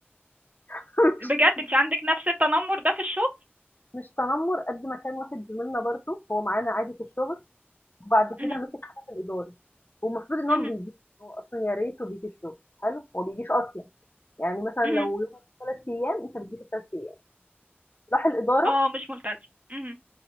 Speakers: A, on the left (about 50°); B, on the right (about 35°).
A: <laughs>
B: بجد
A: مش
B: انت عندك نفس التنمر ده في الشغل
A: مش تنمُّر قد ما كان واحد زميلنا برضه، هو معانا عادي في الشغل، وبعد
B: مهم.
A: كده مسك حاجة في الإدارة، والمفروض إن
B: مهم.
A: هو بيجي، هو أصلًا يا ريته بييجي الشغل، حلو، هو ما بيجيش أصلًا، يعني مثلًا لو
B: مهم.
A: يومك 3 أيام، أنت بتجيش ال3 أيام، راح الإدارة
B: اه مش ممتاز مهم.